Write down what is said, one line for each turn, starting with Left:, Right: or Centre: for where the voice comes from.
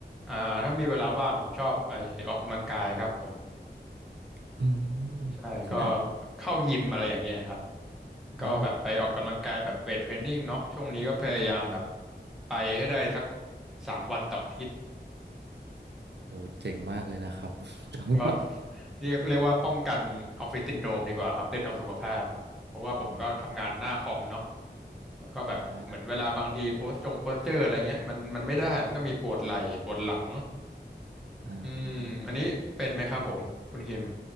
Centre: อ่าถ้ามีเวลาว่างผมชอบไปออกกำลังกายครับผม
Right: ๆอืมที่ไหนครับ
Centre: ใช่ก็เข้ายิมอะไรอย่างเงี้ยครับ
Right: อ้า
Centre: ก็แบบไปออกกำลังกายแบบเวทเทรนนิ่งเนาะช่วงนี้ก็พยายามแบบไปให้ได้สักสามวันต่ออาทิตย์
Right: โอ้เจ๋งมากเลยนะครับ <laughs> จำแบบ
Centre: ก็ <laughs> เรียกเรียกว่าป้องกันออฟฟิศซินโดรมดีกว่าครับเล่นเอาสุขภาพเพราะว่าผมก็ทำงานหน้าคอมเนาะ
Right: อืม
Centre: แล้วก็แบบเหมือนเวลาบางทีโพสต์จงโพสเจอร์อะไรเงี้ยมันมันไม่ได้มันก็มีปวดไหล่ปวดหลัง
Right: อ่าอ่า
Centre: อืมอันนี้เป็นไหมครับผมคุณฮิม